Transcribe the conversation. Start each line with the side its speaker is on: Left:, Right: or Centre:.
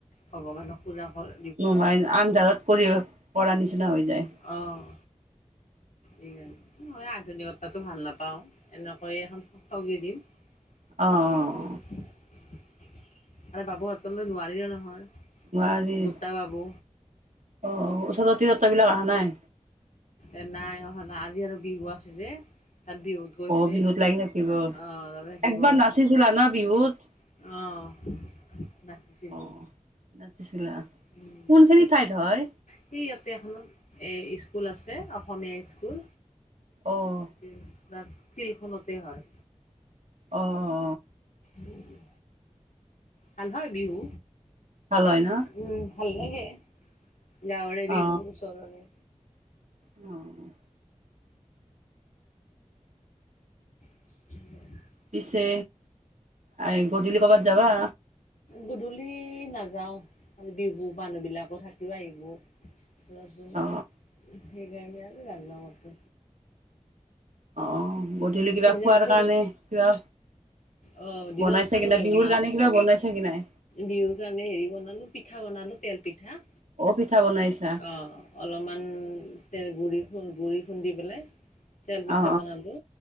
Left: ভগৱানক পূজা কৰে।
Right: নুমাই আন্ধাৰত কৰিব পৰা নিচিনা হৈ যায়।
Left: অ', এই আধুনিক তাতো ভাল নাপাওঁ এনেকৈ এখন ঠগি দিম <unintelligible>
Right: অ' অ'
Left: <unintelligible> মানে বাবু হতলৈ নোৱাৰিলো নহয়।
Right: নোৱাৰি অ',
Left: দুটা বাবু
Right: ওচৰত তিৰতা বিলাক অহা নাই?
Left: এ নাই অহা নাই আজি হেটৰ বিহু আছে যে তাত বিহু গৈছে
Right: অ বিহুত লাগি থাকিব
Left: অ', অ', তাতে <unintelligible>
Right: একবাৰ নাচিছিলা না বিহুত
Left: অ', নাচিছিলোঁ।
Right: অ নাচিছিলা,
Left: উম।
Right: কোনখিনি ঠাইত হয়?
Left: সেই ইয়াতে এখনত এ স্কুল আছে অসমীয়া স্কুল।
Right: অ'।
Left: <unintelligible> তাত ফিল্ড খনতে হয়।
Right: অ', অ'।
Left: বুজিলোঁ। ভাল হয়, বিহু,
Right: ভাল হয় ন
Left: উম, ভাল লাগে। গাঁৱৰে বিহু
Right: অ
Left: ওচৰৰে।
Right: অ'।
Left: <unintelligible>
Right: পিছে আই, গধূলি কৰ'বাত যাবা?
Left: গধূলি নাযাওঁ আজি বিহু মানুহবিলাকো থাকিব আহিব। সেই
Right: অ
Left: সেই কাৰণে আজি নাযাওঁ ক'তো।
Right: অ', গধূলি কিবা
Left: সেইদিনাখন
Right: খোৱাৰ
Left: ফুল
Right: কিবা
Left: অ দিনত
Right: বনাইছা
Left: খালো
Right: কি নাই বিহুৰ
Left: মাছ
Right: কাৰণে কিবা বনাইছা কি নাই?
Left: বিহুৰ কাৰণে হেৰি, বনালো পিঠা বনালো তেল পিঠা।
Right: অ' পিঠা বনাইছ
Left: অ' অলপমান তে গুড়ি খো গুড়ি খুন্দি পেলাই তেল পিঠা
Right: অ অ
Left: বনালো